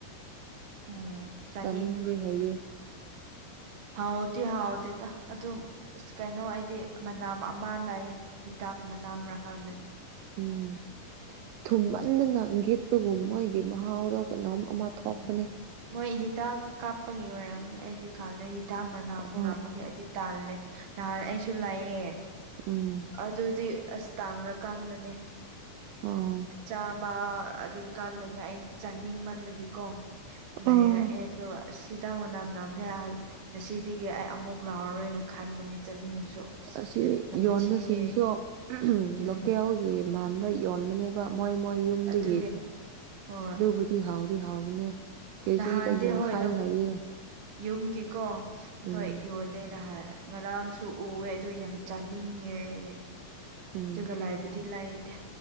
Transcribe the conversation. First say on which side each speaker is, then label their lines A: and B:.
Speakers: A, on the right; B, on the right.
A: ꯎꯝ ꯆꯥꯅꯤꯡꯗꯕꯅꯤ
B: ꯆꯥꯅꯤꯡꯗꯦ ꯍꯥꯏꯌꯦ
A: ꯍꯥꯎꯗꯤ ꯍꯥꯎꯥꯎ ꯑꯣ ꯑꯁ ꯀꯩꯅꯣ ꯍꯥꯏꯗꯤ ꯃꯅꯥꯝ ꯑꯃ ꯂꯩ ꯍꯤꯗꯥꯛ ꯃꯅꯥꯝꯔꯀꯥꯟꯗꯩ
B: ꯎꯝ ꯊꯨꯝꯃꯟꯗꯅꯪꯒꯦꯠꯄꯒꯨꯝ ꯃꯣꯏꯒꯤ ꯃꯍꯥꯎꯗꯣ ꯀꯅꯥꯣꯝ ꯑꯃ ꯊꯣꯄꯅꯦ
A: ꯎꯝ ꯃꯣꯏ ꯍꯤꯗꯥꯛ ꯀꯥꯞꯄꯒꯤ ꯑꯣꯏꯔꯝꯅꯤ ꯑꯩꯗꯤ ꯀꯥꯟꯅꯣꯏ ꯍꯤꯗꯥꯛ ꯃꯅꯥ
B: ꯍꯣꯏ
A: ꯅꯥꯝꯃꯒꯤꯗꯤ ꯇꯥꯜꯅꯦ ꯅꯍꯥꯟ ꯑꯩꯁꯨ ꯂꯥꯛꯑꯦ
B: ꯎꯝ
A: ꯑꯗꯨꯗꯤ ꯑꯁ ꯇꯥꯡꯔꯀꯥꯟꯗꯅꯦ
B: ꯑꯥ
A: ꯆꯥꯃ ꯑꯃ ꯑꯗꯨ ꯀꯥꯟꯗꯅ ꯑꯩ ꯆꯥꯅꯤꯡ ꯃꯟꯕꯒꯤꯀꯣ ꯂꯩꯔꯛꯑꯦ
B: ꯑꯥ
A: ꯑꯗꯣ ꯁꯤꯇꯥꯡ ꯃ ꯅꯝ ꯅꯝ ꯂꯩ ꯉꯁꯤꯗꯒꯤ ꯑꯩ ꯑꯃꯨꯛ ꯂꯥꯎꯔꯣꯏꯅ ꯈꯟꯕꯅꯤ ꯆꯥꯅꯤꯡꯉꯁꯨ
B: ꯑꯁꯤ
A: ꯅꯝꯊꯤꯌꯦ
B: ꯌꯣꯟꯕꯁꯤꯡꯁꯨ
A: ꯎꯝ
B: ꯂꯣꯀꯦꯜꯒꯤ ꯃꯥꯟꯕ ꯌꯣꯟꯕꯅꯦꯕ ꯃꯣꯏ ꯃꯣꯏ ꯌꯨꯝꯗꯒꯤ
A: ꯑꯗꯨꯒꯤꯅꯤ ꯍꯣꯏ
B: ꯑꯗꯨꯕꯨꯗꯤ ꯍꯥꯎꯗꯤ ꯍꯥꯎꯕꯅꯦ ꯀꯦꯖꯤꯗ
A: ꯅꯍꯥꯟꯗꯤ
B: ꯌꯦꯡꯈꯥꯏ
A: ꯍꯣꯏ
B: ꯍꯥꯏꯌꯦ
A: ꯌꯨꯝꯒꯤꯀꯣ
B: ꯎꯝ
A: ꯍꯣꯏ ꯌꯣꯜꯂꯦꯅ ꯍꯥꯏ ꯉꯔꯥꯡꯁꯨ ꯎꯑꯦ ꯑꯗꯨ ꯌꯥꯝ ꯆꯥꯅꯤꯡꯉꯦ ꯍꯥꯏꯗꯤ
B: ꯎꯝ
A: ꯑꯗꯨꯒ ꯂꯥꯏꯕ ꯗꯤ ꯂꯩꯥꯏꯌꯦꯇꯦ